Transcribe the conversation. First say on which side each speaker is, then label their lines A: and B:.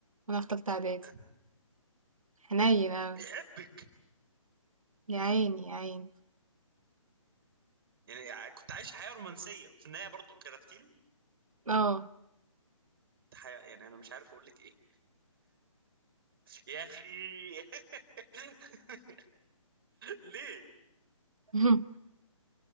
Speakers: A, on the right; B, on the right.
A: وانا في تالتة اعدادي
B: <laughs>
A: حنين أوي.
B: بيحبك
A: يا عيني يا عيني
B: يعني كنت عايش حياة رومانسية وفي النهاية برضه كرفت له
A: اه
B: حياة يعني أنا مش عارف أقول لك إيه يا أخي <laughs> ليه
A: <laughs>